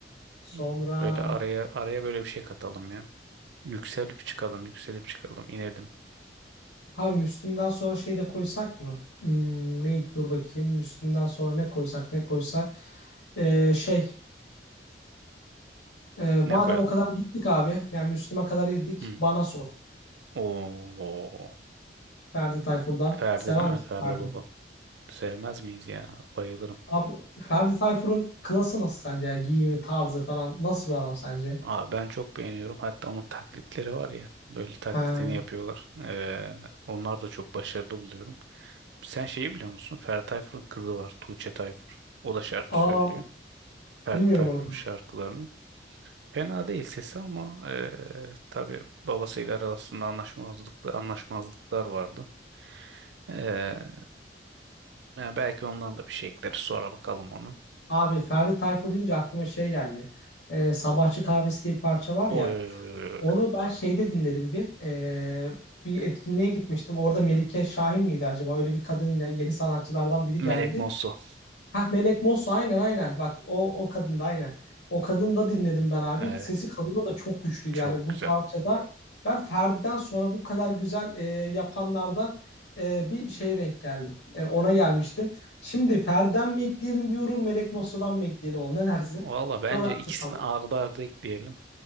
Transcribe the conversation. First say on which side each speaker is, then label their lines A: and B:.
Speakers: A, on the left; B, on the right.
A: Sonra
B: Hmm, Böyle araya araya böyle bir şey katalım ya. Yükselip çıkalım, yükselip çıkalım, inelim.
A: ha Müslüm'den sonra şey de koysak mı? Hmm, neydi? Dur bakayım. Müslüm'den sonra ne koysak ne koysak. Ee, şey e,
B: Ne
A: madem
B: koyalım?
A: o kadar gittik abi. Yani Müslüm'e kadar girdik.
B: Hmm.
A: Bana sor.
B: Oo.
A: Ferdi Tayfur'dan.
B: Ferdi
A: Sever
B: değil mi?
A: misin
B: Ferdi
A: Ferdi?
B: Baba. Sevmez miyiz ya? Bayılırım.
A: Abi Ferdi Tayfur'un klası nasıl sence ya? Giyimi, tarzı falan. Nasıl bir adam sence?
B: Aa, ben çok beğeniyorum. Hatta onun taklitleri var ya. Böyle taklitini
A: Ha.
B: yapıyorlar. Ee, onlar da çok başarılı buluyorum. Sen şeyi biliyor musun? Ferdi Tayfur'un kızı var. Tuğçe Tayfur. O da şarkı
A: Aa,
B: söylüyor. Ferdi
A: bilmiyorum
B: Tayfur'un
A: onu.
B: şarkılarının. Fena değil sesi ama ee, tabii babasıyla arasında anlaşmazlıklar, anlaşmazlıklar vardı. Ee, yani belki ondan da bir şey ekleriz. Sonra bakalım onu.
A: Abi Ferdi Tayfur deyince aklıma şey geldi. Ee, Sabahçı Kahvesi diye bir parça var
B: Oy
A: ya.
B: oy oy oy. oy.
A: Onu ben şeyde dinledim bir. Ee, bir etkinliğe gitmiştim. Orada Melike Şahin miydi acaba? Öyle bir kadın ya- yeni sanatçılardan biri
B: Melek
A: geldi.
B: Mosso.
A: Ha Melek Mosso aynen aynen. Bak o o kadın da aynen. O kadını da dinledim ben abi.
B: Evet.
A: Sesi kadına da çok güçlüydü
B: Çok
A: yani bu
B: güzel.
A: parçada. Ben Ferdi'den sonra bu kadar güzel e, yapanlardan e, bir şeye denk geldim. E, ona gelmiştim. Şimdi Ferdi'den mi ekleyelim diyorum, Melek Mosso'dan mı ekleyelim oğlum? Ne dersin?
B: Valla bence
A: Çok arada
B: ikisini
A: kaldım.
B: ardı ardı ekleyelim.